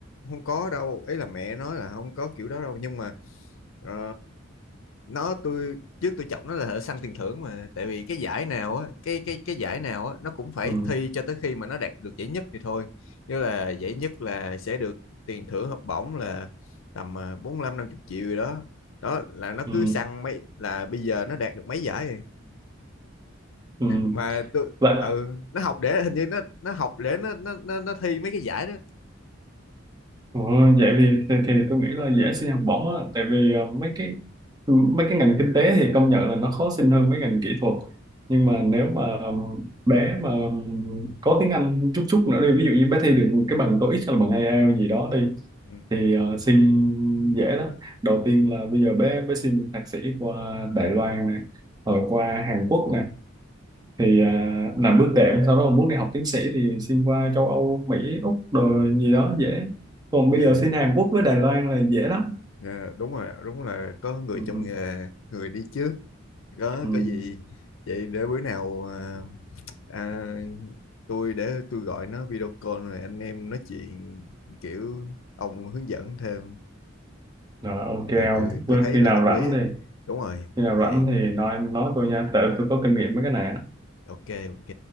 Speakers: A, on the left; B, on the right.
A: không có đâu ấy là mẹ nói là không có kiểu đó đâu nhưng mà ờ, nó tôi trước tôi chọc nó là thợ săn tiền thưởng mà tại vì cái giải nào á cái cái cái giải nào á nó cũng phải
B: ừ
A: thi cho tới khi mà nó đạt được giải nhất thì thôi như là giải nhất là sẽ được tiền thưởng học bổng là tầm à, bốn lăm năm chục triệu gì đó đó là nó
B: ừ
A: cứ săn mấy là bây giờ nó đạt được mấy giải rồi
B: ừ
A: mà tôi
B: vậy
A: ừ nó học để hình như nó nó học để nó nó nó, nó thi mấy cái giải đó
B: Ồ, vậy thì, thì thì tôi nghĩ là dễ xin học bổng á tại vì ờ, mấy cái mấy cái ngành kinh tế thì công nhận là nó khó xin hơn mấy ngành kỹ thuật nhưng
A: ừ.
B: mà nếu mà ừm, bé mà ừm, có tiếng Anh chút chút nữa đi ví dụ như bé thi được cái bằng TOEIC hay là bằng IELTS gì đó đi
A: Ừ.
B: thì ờ, xin dễ lắm đầu tiên là bây giờ bé bé xin thạc sĩ qua Đài Loan nè rồi qua Hàn Quốc nè thì à, làm bước đệm sau đó mà muốn đi học tiến sĩ thì xin qua châu Âu Mỹ Úc rồi gì đó dễ còn bây
A: Ghê.
B: giờ xin Hàn Quốc với Đài Loan là dễ lắm
A: Dạ, đúng rồi, đúng là có người
B: ừ,
A: trong nghề, người đi trước. Có
B: ừ, ừ.
A: có gì vậy để bữa nào à, à, tôi để tôi gọi nó video call rồi anh em nói chuyện kiểu ông hướng dẫn thêm.
B: Rồi, ok
A: Ờ,
B: ông
A: tôi thấy
B: khi
A: là
B: nào
A: hợp
B: rảnh
A: lý á.
B: thì
A: Đúng rồi.
B: khi nào
A: Vậy
B: rảnh thì nói nói tôi nha tại tôi có kinh nghiệm mấy cái này á
A: ok ok.